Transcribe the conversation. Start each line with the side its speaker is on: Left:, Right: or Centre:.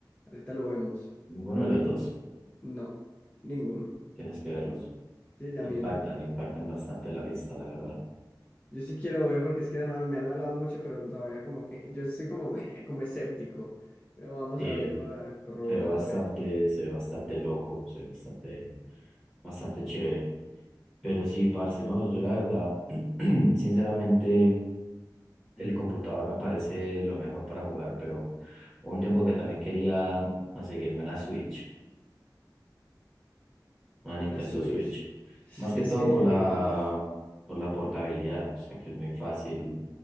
Left: Ahorita lo vemos.
Centre: Ninguno de los dos.
Left: No, ninguno.
Centre: Tienes que verlos.
Left: Sí, ya
Centre: Impactan,
Left: mismo.
Centre: impactan bastante a la vista, la verdad.
Left: Yo sí quiero ver porque es que ya no, me han hablado mucho, pero todavía como que yo soy como, me- como escéptico. Pero vamos
Centre: Y
Left: a ver para corroborar,
Centre: se ve bastante,
Left: a ver.
Centre: se ve bastante loco, se ve bastante, bastante chévere. Pero sí, parce, no, yo la verdad, <clears throat> sinceramente. El computador me parece lo mejor para jugar, pero hubo un tiempo que también quería conseguirme una Switch, una
Left: Una
Centre: Nintendo
Left: Switch.
Centre: Switch. Más que
Left: Es
Centre: todo
Left: que,
Centre: por la,
Left: <laughs> mm,
Centre: por la portabilidad, o sea que es muy fácil